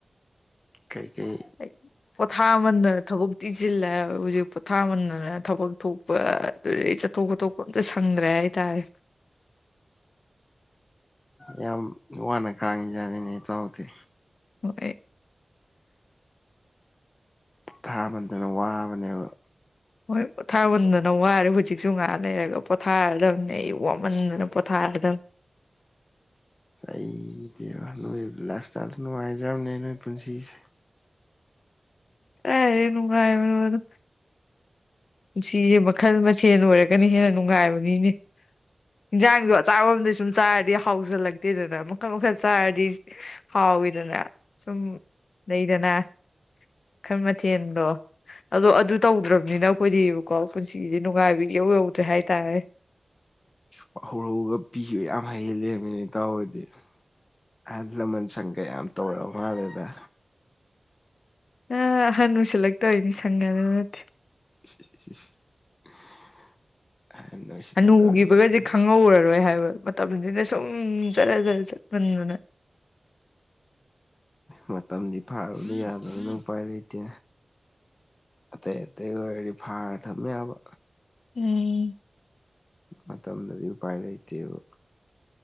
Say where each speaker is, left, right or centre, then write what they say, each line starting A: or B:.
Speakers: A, on the left; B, on the left.
A: ꯀꯩ ꯀꯩ
B: ꯑꯩ ꯄꯣꯊꯥꯃꯟꯗꯅ ꯊꯕꯛ ꯇꯤꯁꯤꯜꯂꯦ ꯍꯥꯏꯕ ꯍꯧꯖꯤꯛ ꯄꯣꯊꯥꯃꯟꯗꯅ ꯊꯕꯛ ꯊꯣꯛꯄ ꯑꯗꯩ ꯆꯠꯊꯣꯛ ꯈꯣꯠꯊꯣꯛ ꯄ ꯑꯝꯇ ꯁꯪꯗ꯭ꯔꯦ ꯍꯥꯏꯇꯥꯔꯦ
A: ꯌꯥꯝ ꯋꯥꯅ ꯈꯥꯡꯉꯤꯖꯥꯠꯅꯤꯅꯦ ꯏꯇꯥꯎꯗꯤ
B: ꯍ‌ꯣꯏ
A: ꯄ‌ꯣꯊꯥꯃꯟꯗꯅ ꯋꯥꯕꯅꯦꯕ
B: ꯍꯣꯏ ꯄꯣꯊꯥꯃꯟꯗꯅ ꯋꯥꯔꯦ ꯍꯧꯖꯤꯛꯁꯨ ꯉꯥꯏꯍꯛ ꯂꯩꯔꯒ ꯄꯣꯊꯥꯔꯗꯕꯅꯤ ꯑꯩ ꯋꯥꯃꯟꯗꯅ ꯄꯣꯊꯥꯔꯗꯕꯅꯤ
A: ꯑꯩꯗꯤꯕ ꯅꯣꯏ ꯂꯥꯏꯞ ꯏꯁꯇꯥꯏꯜ ꯅꯨꯡꯉꯥꯏꯖꯔꯝꯅꯤ ꯅꯣꯏ ꯄꯨꯟꯁꯤꯁꯦ
B: ꯀꯥꯢꯗꯩ ꯅꯨꯡꯉꯥꯢꯕꯅꯣꯗ ꯄꯨꯟꯁꯤꯖꯦ ꯃꯈꯜ ꯃꯊꯦꯜ ꯑꯣꯏꯔꯒꯅ ꯍꯦꯟꯅ ꯅꯨꯡꯉꯥꯏꯕꯅꯤꯅꯦ ꯌꯦꯟꯖꯥꯡꯖꯨ ꯑꯆꯥꯕ ꯑꯝꯗ ꯁꯨꯝ ꯆꯥꯔꯗꯤ ꯍꯥꯎꯖꯜꯂꯛꯇꯦꯗꯅ ꯃꯈꯜ ꯃꯈꯜ ꯆꯥꯔꯗꯤ ꯍꯥꯎꯋꯤꯗꯅ ꯁꯨꯝ ꯂꯩꯗꯅ ꯃꯈꯜ ꯃꯊꯦꯟꯗꯣ ꯑꯗꯣ ꯑꯗꯨ ꯇꯧꯗ꯭ꯔꯕꯅꯤꯅ ꯑꯩꯈꯣꯏꯗꯤꯕꯀꯣ ꯄꯨꯟꯁꯤꯁ‌ꯦ ꯅꯨꯡꯉꯥꯏꯕ ꯏꯍꯧ ꯍꯧꯗ꯭ꯔꯦ ꯍꯥꯏꯇꯥꯔꯦ
A: ꯄꯥꯎꯔꯧꯒ ꯄꯤꯕ ꯌꯥꯝ ꯍꯩ ꯂꯩꯔꯝꯃ‌ꯦꯅ‌ꯦ ꯏꯊꯥꯎ ꯈ‌ꯣꯏꯗꯤ ꯑꯍꯟ ꯂꯃꯟ ꯁꯪꯒ ꯌꯥꯝ ꯇꯧꯔ ꯃꯥꯜꯂꯦꯗ
B: ꯑ ꯍꯟꯅꯨꯁꯟꯂꯛ ꯇꯧꯔꯤꯅꯤ ꯁꯪꯒꯅ ꯅꯠꯇꯦ
A: <unintelligible> ꯑꯍꯟ ꯑꯣꯏꯁꯤꯜꯂꯛꯇꯧꯔꯤꯅꯤ
B: ꯍꯟꯅꯨꯈꯤꯕꯒꯁꯦ
A: ꯀꯥꯏ
B: ꯈꯪꯍꯧꯔꯔꯣꯏ ꯍꯥꯏꯕ ꯃꯇꯝꯁꯤꯅ ꯁꯨꯝ ꯖꯔ ꯖꯔ ꯆꯠꯃꯟꯕꯅ
A: ꯃꯇꯝꯗꯤ ꯐꯥꯔꯨꯕ ꯌꯥꯗꯕꯅꯤꯅ ꯎꯄꯥꯏ ꯂꯩꯇꯦ ꯑꯇꯩ ꯑꯇꯩ ꯑꯣꯏꯔꯗꯤ ꯐꯥꯔ ꯊꯝꯕ ꯌꯥꯕ
B: ꯎꯝ
A: ꯃꯇꯝꯗꯗꯤ ꯎꯄꯥꯏ ꯂꯩꯇꯦꯕ